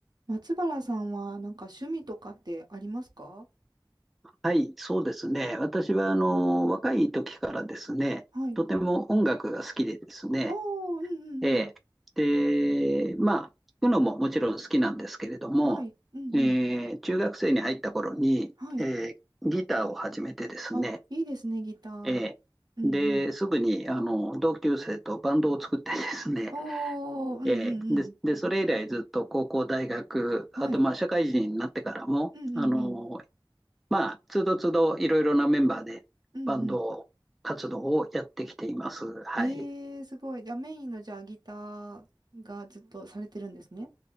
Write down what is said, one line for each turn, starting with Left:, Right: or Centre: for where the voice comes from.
Right: 松原さんはなんか趣味とかってありますか
Centre: はい、そうですね。私は、あの、若い時からですね、
Right: はい。
Centre: とても音楽が好きでですね、
Right: おー、うんうんうん。
Centre: ええで、まあ、聴くのももちろん好きなんですけれども、
Right: はい。うんうん。
Centre: えー中学生に入った頃に、
Right: はい。
Centre: えーギターを始めてですね、
Right: あ、いいですね、ギター。
Centre: えーで、
Right: うんうん。
Centre: すぐに、あの、同級生とバンドを作ってですね、
Right: おー、うんうんうん。
Centre: えーで、で、それ以来ずっと高校、大学、
Right: はい。
Centre: あと、まあ、社会人になってからも、
Right: うんうんうん。
Centre: あの、まあ、つどつどいろいろなメンバーでバンド活動をやってきています。
Right: うんう
Centre: はい。
Right: ん。えー、すごい。じゃあメインのじゃあギターがずっとされてるんですね。